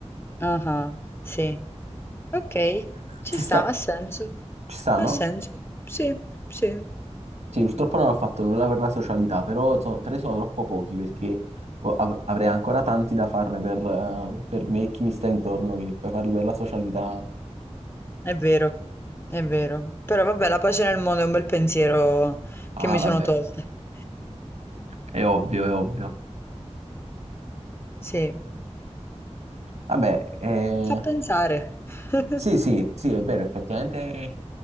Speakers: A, on the left; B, on the right.
A: Ah, ah, sì. Okay,
B: eh,
A: ci
B: Ci
A: sta,
B: sta,
A: ha senso.
B: ci sta,
A: Ha
B: no?
A: senso. Sì, sì,
B: Sì, purtroppo non ho fatto nulla per la socialità, però so- tre sono troppo pochi perché ho- av- avrei ancora tanti da farne per, eh, per me e chi mi sta intorno, che poi farli per la socialità...
A: è vero, è vero. Però vabbè, la pace nel mondo è un bel pensiero
B: Ah,
A: che mi
B: vabbè,
A: sono tolta. <laughs>
B: è ovvio, è ovvio.
A: Sì,
B: Vabbè, eh,
A: fa pensare. <laughs>
B: sì, sì, sì, è vero, effettivamente